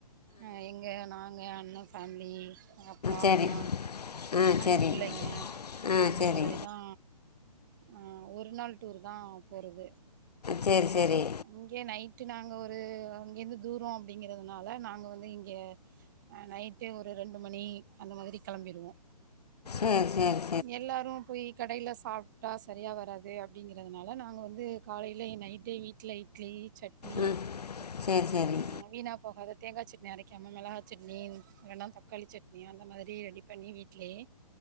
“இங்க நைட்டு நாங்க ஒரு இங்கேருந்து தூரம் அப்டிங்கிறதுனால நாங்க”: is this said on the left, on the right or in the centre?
Right